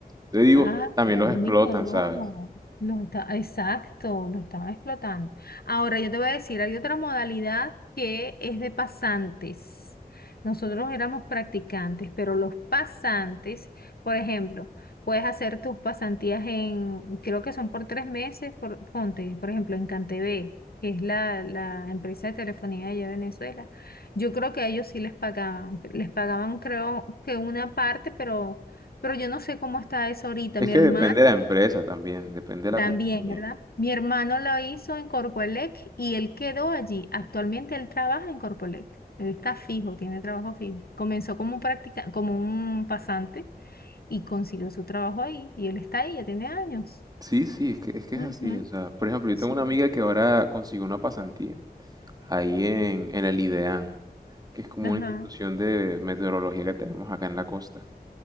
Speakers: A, on the right; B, on the left.
A: Te digo,
B: Ay,
A: también
B: Dios
A: los explotan,
B: mío, no.
A: ¿sabes?
B: Los está, exacto, lo estaban explotando. Ahora yo te voy a decir, hay otra modalidad que es de pasantes. Nosotros éramos practicantes, pero los pasantes, por ejemplo, puedes hacer tus pasantías en, creo que son por tres meses, por, ponte, por ejemplo, en Cantv, que es la, la empresa de telefonía allá de Venezuela. Yo creo que a ellos sí les pagaban, les pagaban creo que una parte, pero pero yo no sé cómo está eso ahorita.
A: Es
B: Mi
A: que
B: hermano
A: depende de la empresa también, depende de la
B: también,
A: compañía.
B: ¿verdad? Mi hermano lo hizo en Corpoelec y él quedó allí. Actualmente él trabaja en Corpoelec. Él está fijo, tiene trabajo fijo. Comenzó como un practica, como un pasante y consiguió su trabajo ahí. Y él está ahí, ya tiene años.
A: Sí, sí, es que es que
B: Ujú,
A: es así. O sea, por ejemplo, yo
B: Sí.
A: tengo una amiga que ahora consiguió una pasantía ahí en,
B: Mm,
A: en el IDEAN, que es como
B: Ajá.
A: una institución de meteorología que tenemos acá en la costa,